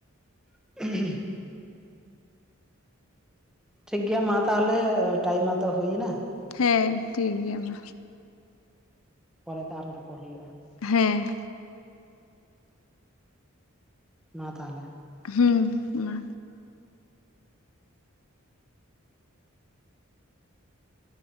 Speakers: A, in the centre; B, on the left (about 85°).
A: <inaudible> ᱴᱷᱤᱠ ᱜᱮᱭᱟ ᱢᱟ ᱛᱟᱦᱚᱞᱮ ᱴᱟᱭᱤᱢ ᱢᱟᱛᱚ ᱦᱩᱭ ᱮᱱᱟ
B: ᱦᱮᱸ ᱴᱷᱤᱠ ᱜᱮᱭᱟ ᱢᱟ
A: ᱯᱚᱨᱮᱛᱮ ᱟᱨᱦᱚᱸ ᱨᱚᱯᱚᱲ ᱦᱩᱭᱩᱜᱼᱟ
B: ᱦᱮᱸ
A: ᱢᱟ ᱛᱟᱦᱚᱞᱮ
B: ᱦᱩᱸ ᱢᱟᱼᱼ